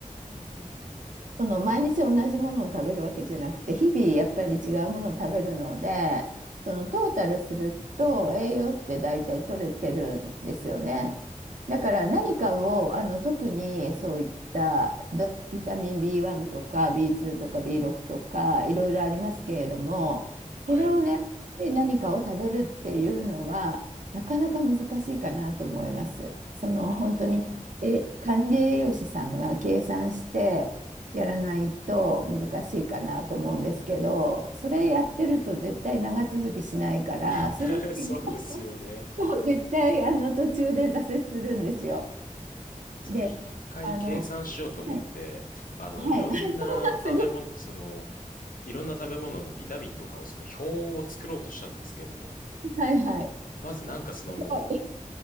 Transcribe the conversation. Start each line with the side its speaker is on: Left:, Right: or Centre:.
Left: うんうんうん。
Right: その毎日同じものを食べるわけじゃなくて、日々やっぱり違うものを食べるので、そのトータルすると栄養って大体取れてるんですよね。だから何かを、
Left: ああ、
Right: あの、特にそういったどビタミン B1 とか B2 とか B6 とかいろいろありますけれども、それをね、
Left: はい。
Right: で何かを食べるっていうのは、なかなか難しいかなと思います。その本当に、
Left: ああ、う
Right: え、管理栄養士さんが計算して、やらないと難しいかなと思うんですけど、それやってると絶対長続きしないから、
Left: ーん。<laughs>
Right: それも
Left: そうですよね。
Right: <laughs> 絶対あの途中で挫折するんですよ。
Left: そう、
Right: で、
Left: 一回計算しようと思って、
Right: あの、はい、
Left: あの、
Right: はい、
Left: いろんな食べ物、
Right: <laughs> すご
Left: その、いろんな食べ物のビタミンとかを、その表を作ろうとしたんですけれども、
Right: い、はいはい、
Left: まずなんかその、
Right: すごい、